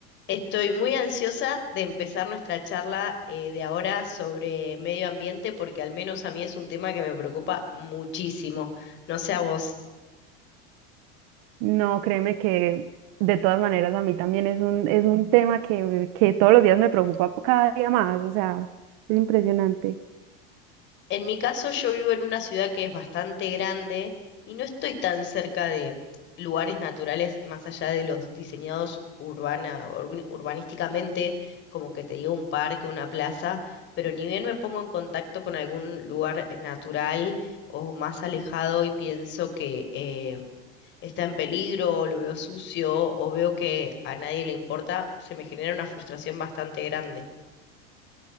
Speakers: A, on the left (about 40°); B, on the right (about 55°).
A: Estoy muy ansiosa de empezar nuestra charla eh, de ahora sobre medio ambiente porque al menos a mí es un tema que me preocupa muchísimo. No sé a vos.
B: No, créeme que de todas maneras a mí también es un, es un tema que, que todos los días me preocupa cada día más, o sea, es impresionante.
A: En mi caso, yo vivo en una ciudad que es bastante grande y no estoy tan cerca de lugares naturales más allá de los diseñados urbana, urbi- urbanísticamente, como que te digo un parque, una plaza, pero ni bien me pongo en contacto con algún lugar natural o más alejado y pienso que eh, está en peligro, o lo veo sucio, o veo que a nadie le importa, se me genera una frustración bastante grande.